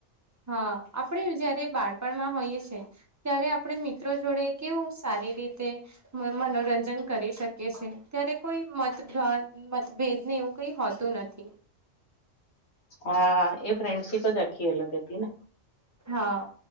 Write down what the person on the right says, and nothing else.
હા આપણે જયારે બાળપણમાં હોઈએ છે. ત્યારે આપણે મિત્રો જોડે કેવું સા સારી રીતે મન મનોરંજન કરી શકે. કે છે ત્યારે કોઈ મતભ્રાત મતભેદને એવું કઈ હોતું નથી.
હા.